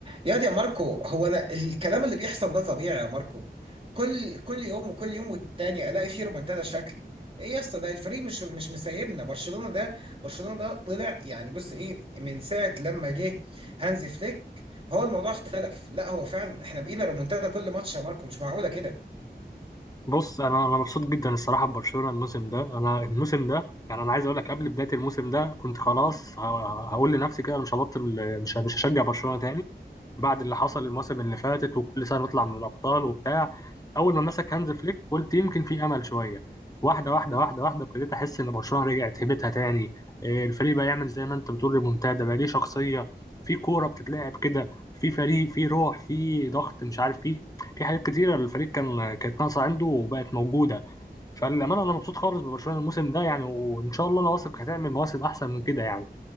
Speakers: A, on the right; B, on the left.
A: يا دي يا ماركو هو انا الكلام اللي بيحصل ده طبيعي يا ماركو كل كل يوم وكل يوم والتاني الاقي فيه رومنتادا شكل ايه يا اسطى ده الفريق مش مش مسيبنا برشلونة ده برشلونة ده طلع يعني بص ايه من ساعة لما جه هانزي فليك فهو الموضوع اختلف لا هو فعلا احنا بقينا رومنتادا كل ماتش يا ماركو مش معقولة كده
B: بص انا انا مبسوط جدا الصراحه ببرشلونه الموسم ده انا الموسم ده يعني انا عايز اقول لك قبل بدايه الموسم ده كنت خلاص ه- هقول لنفسي كده أنا مش هبطل مش مش هشجع برشلونه تاني بعد اللي حصل الموسم اللي فاتت وكل سنه نطلع من الابطال وبتاع اول ما مسك هانز فليك قلت يمكن في امل شويه واحده واحده واحده واحده ابتديت احس ان برشلونه رجعت هيبتها تاني إيه، الفريق بقى يعمل زي ما انت بتقول ريمونتادا بقى ليه شخصيه في كوره بتتلعب كده في فريق في روح في ضغط مش عارف في في حاجات كتيره الفريق كان كانت ناقصه عنده وبقت موجوده فالامانه انا مبسوط خالص ببرشلونه الموسم ده يعني وان شاء الله انا واثق هتعمل مواسم احسن من كده يعني